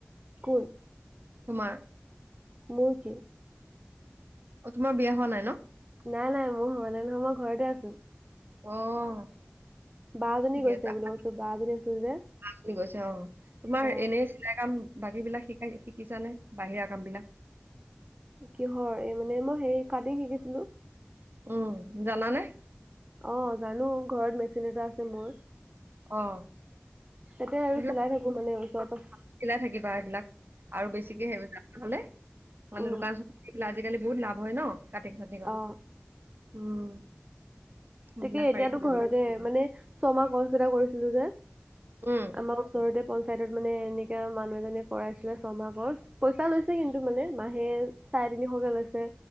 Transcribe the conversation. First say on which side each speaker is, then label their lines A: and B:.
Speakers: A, on the right (about 30°); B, on the right (about 60°).
A: কোন?
B: তোমাৰ?
A: মোৰ কি?
B: অ' তোমাৰ বিয়া হোৱা নাই ন?
A: নাই নাই। মোৰ হ'লে নহয় মই ঘৰতে আছো।
B: অ'।
A: বাজনী
B: ঠিকে
A: গৈছে
B: আছে
A: বুলি
B: আমাৰ
A: কৈছো, বাজনী আছিল যে,
B: জনী গৈছে অ' তোমাৰ
A: অ
B: এনে চিলাই কাম বাকীবিলাক শিকাই শিকিছা নে? বাহিৰা কামবিলাক
A: কিহৰ? এই মানে মই হেৰি কাটিং শিকিছিলো।
B: উম। জানানে?
A: অ' জানো। ঘৰত মেচিন এটা আছে মোৰ।
B: অ'।
A: তাতে আৰু
B: এইবিলাক
A: চলাই থাকো মানে এই ওচৰতো
B: চিলাই থাকিবা এইবিলাক। আৰু বেছিকে <unintelligible> হ'লে মানে
A: উম
B: দোকান <unintelligible> আজিকালি বহুত লাভ হয় ন? কাটিং চাটিংত।
A: অ
B: উম সেইবিলাক
A: তাকে এতিয়াতো
B: পাৰি কৰিবলৈ
A: ঘৰতে। মানে ছমাহ কোৰ্চ এটা কৰিছিলোঁ। ছিলো যে,
B: উম
A: আমাৰ ওচৰতে পঞ্চায়তত মানে এনেকা মানুহ এজনে কৰাইছিলে ছমাহ কৰ্চ। পইচা লৈছে কিন্তু মানে, মাহে চাৰে-তিনিশকে লৈছে।